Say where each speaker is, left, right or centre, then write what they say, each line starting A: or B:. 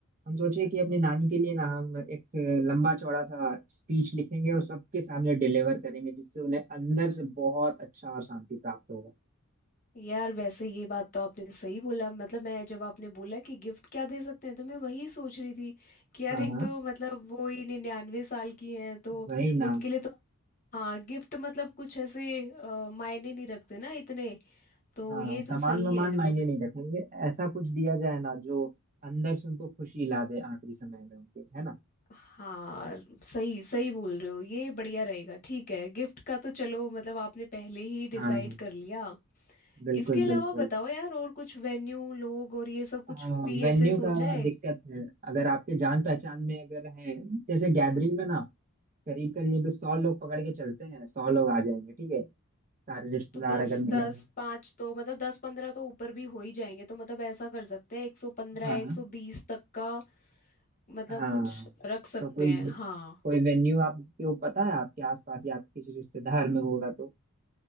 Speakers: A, on the right (about 35°); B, on the left (about 35°).
A: हम सोचे कि अपनी नानी के लिए ना हम एक लंबा चौड़ा सा स्पीच लिखेंगे और सबके सामने डिलीवर करेंगे जिससे उन्हें अंदर से बहुत अच्छा और शांति प्राप्त होगा
B: यार वैसे ये बात तो आपने सही बोला मतलब मैं जब आपने बोला कि गिफ्ट क्या दे सकते हैं तो मैं वही सोच रही थी कि यार
A: हाँ
B: एक
A: हाँ
B: तो मतलब वो ही निन्यानवे साल की हैं तो
A: वही ना
B: उनके लिए तो हाँ गिफ्ट मतलब कुछ ऐसे अ, मायने नहीं रखते ना इतने तो
A: हाँ
B: ये
A: सामान
B: तो सही
A: वामान
B: है
A: मायने
B: मतलब
A: नहीं रखेंगे ऐसा कुछ दिया जाए ना जो अंदर से उनको खुशी ला दे आखिरी समय में उनके है ना
B: हाँ सही सही बोल रहे हो ये बढ़िया रहेगा ठीक है गिफ्ट का तो चलो मतलब आपने पहले ही
A: हाँ
B: डिसाइड कर लिया
A: बिल्कुल
B: इसके अलावा
A: बिल्कुल
B: बताओ यार और कुछ वेन्यू लोग और ये सब कुछ
A: हाँ
B: भी
A: वेन्यू
B: ऐसे सोचा
A: का
B: है
A: दिक्कत है अगर आपके जान पहचान में अगर है जैसे गैदरिंग में ना करीब करीब सौ लोग पकड़ के चलते हैं सौ लोग आ जाएंगे ठीक है सारे रिश्तेदार
B: तो दस
A: अगर मिलेंगे
B: दस पाँच तो मतलब दस पंद्रह तो ऊपर भी हो ही जाएंगे तो मतलब ऐसा कर सकते हैं एक सौ पंद्रह
A: हाँ
B: या एक
A: हाँ
B: सौ बीस तक का मतलब
A: हाँ
B: कुछ रख सकते
A: तो कोई
B: हैं हाँ
A: कोई वेन्यू आपके वो पता है आपके आसपास या आपके किसी रिश्तेदार में होगा तो